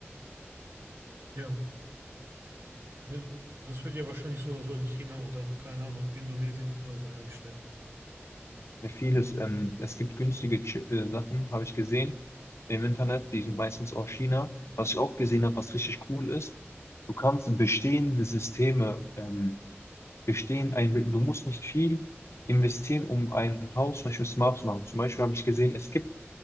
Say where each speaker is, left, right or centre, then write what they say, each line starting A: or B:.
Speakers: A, on the right; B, on the left.
A: ja. Ne, Das wird ja wahrscheinlich so oder so in China oder, keine Ahnung, Indonesien oder so hergestellt.
B: Vieles, ähm, es gibt günstige Chi- äh, Sachen, habe ich gesehen im Internet, die sind meistens aus China. Was ich auch gesehen habe, was richtig cool ist, du kannst bestehende Systeme, ähm, bestehen, ein, du musst nicht viel investieren, um ein Haus zum Beispiel smart zu machen. Zum Beispiel habe ich gesehen, es gibt